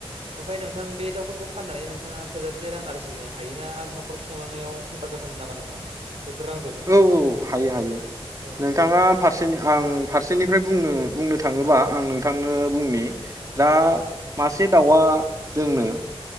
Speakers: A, on the right; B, on the right.
A: ओमफ्राय नोंथां बे दाउफोरखौ फाननानै नोंथाङा थोजासे रां आरजिनो हायो ना आरो न'खर खुंलांनायाव हेफाजाब होनो नामा नोंथां? बेफोर रांजोंनो
B: औ औ हायो हायो
A: अ
B: नोंथाङा फारसेनि आं फारसेनिफ्राय बुंनो बुंनो थाङोबा आं नोंथांनो बुंनि दा मासे दाउआ जोंनो